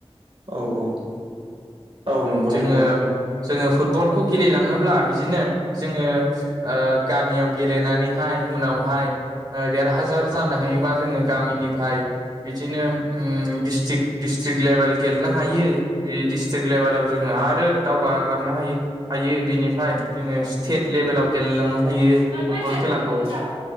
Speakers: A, on the right (about 60°); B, on the right (about 40°).
A: औ औ। औ
B: उम्म
A: नंगौ
B: जोङो
A: नोंथां औ
B: जोङो फुटबलखौ गेलेलाङोब्ला बिदिनो जोङो ओ गामियाव गेलेनानैहाय उनावहाय ओ देरहाजार जानो हायोबा जोङो गामिनिफ्राय बिदिनो उम्म दिस्टिक डिस्ट्रिक लेभेल गेलेनो हायो बे डिस्ट्रिक लेभेलाव जोङो आरो दावगालांनो हायो हायो बिनिफाय जोङो स्टेट लेभेलाव गेलेलांनो हायो फुटबल
A: मानो रायज्लायखो
B: खेलाखौ।
A: दाव